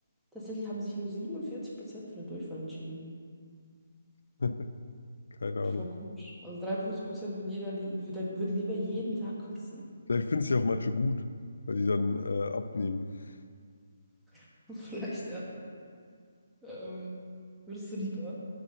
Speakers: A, in the centre; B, on the left.
A: tatsächlich haben sich nur 47% für den Durchfall entschieden.
B: <laughs> keine Ahnung.
A: Voll komisch. Also 53% würden, jeder li würde- würden lieber jeden Tag kotzen.
B: Vielleicht finden es ja auch manche gut, weil die dann äh, abnehmen. <laughs>
A: <laughs> Vielleicht, ja. Ähm, würdest du lieber